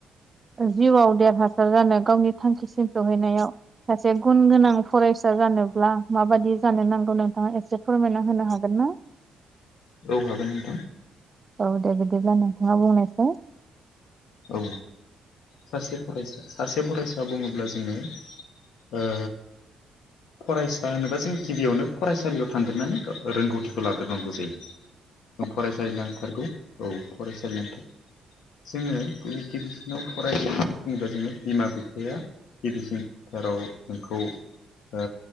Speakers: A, on the right (about 30°); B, on the left (about 75°).
A: जिउआव देरहासार जानो गावनि थांखिसिम सहैनायाव सासे गुन गोनां फरायसा जानोब्ला माबादि जानो नांगौ नोंथाङा एसे फोरमायना होनो हागोन ना <inaudible>
B: औ हागोन नोंथां
A: औ दे बिदिब्ला नोंथाङा बुंनासाय।
B: औ। सासे फरायसा सासे फरायसा बुङोब्ला जोङो। ओ फरायसा होनोबा जों गिबियावनो फरायसालियाव थांग्रोननानै रोंगौथिखौ लाग्रोनांगौ जायो।
A: <inaudible>
B: नों फरायसालि नांथारगौ औ फरायसालि नांथार जोङो बै गिबिसिनाव फराय होननानै बुङोब्ला जोङो बिमा बिफाया गिबिसिन थाराव नोंखौ ओ